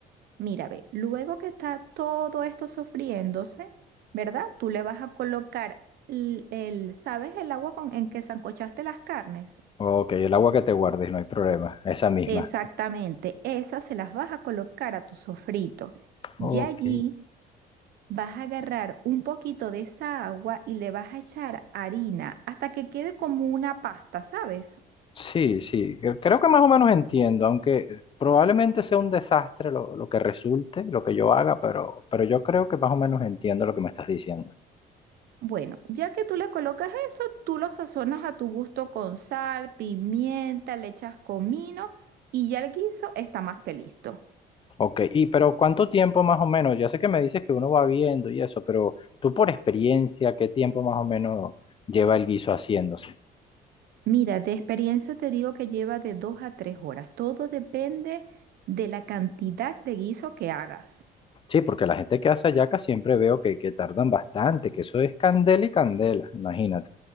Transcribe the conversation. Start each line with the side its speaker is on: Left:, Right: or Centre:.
Right: Mira, ve, luego que está todo esto sofriéndose, ¿verdad? Tú le vas a colocar l- el, ¿sabes el agua con, en que sancochaste las carnes?
Left: Ok, el agua que te guardes, no hay problema, esa misma.
Right: Exactamente, esas se las vas a colocar a tu sofrito. Y
Left: Ok.
Right: allí vas a agarrar un poquito de esa agua y le vas a echar harina hasta que quede como una pasta, ¿sabes?
Left: Sí, sí, cre- creo que más o menos entiendo, aunque probablemente sea un desastre lo, lo que resulte, lo que yo haga, pero, pero yo creo que más o menos entiendo lo que me estás diciendo.
Right: Bueno, ya que tú le colocas eso, tú lo sazonas a tu gusto con sal, pimienta, le echas comino y ya el guiso está más que listo.
Left: Ok, y pero ¿cuánto tiempo más o menos? Ya sé que me dices que uno va viendo y eso, pero tú por experiencia, ¿qué tiempo más o menos lleva el guiso haciéndose?
Right: Mira, de experiencia te digo que lleva de dos a tres horas. Todo depende de la cantidad de guiso que hagas.
Left: Sí, porque la gente que hace hallaca siempre veo que, que tardan bastante, que eso es candela y candela, imagínate.